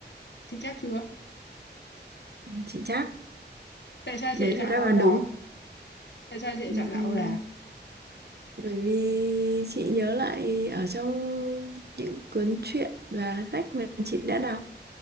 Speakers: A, on the left; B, on the right.
A: chị chắc chưa?
B: chị chắc
A: Tại sao chị
B: đấy
A: lại
B: là
A: chọn
B: đáp
A: là Âu
B: án
A: Lạc?
B: đúng
A: Tại sao chị lại
B: Ừ,
A: chọn là Âu Lạc?
B: bởi vì chị nhớ lại ở trong những cuốn truyện và sách mà chị đã đọc